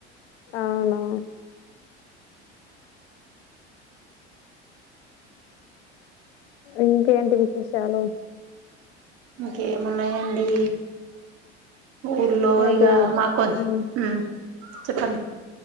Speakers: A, on the left; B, on the right.
A: అవునా ఇంకేంటి విశేషాలు
B: కేమున్నాయండి ఊర్లో
A: మీకు
B: ఇగా మాకొంచ్
A: మ్మ్
B: హు చెప్పండి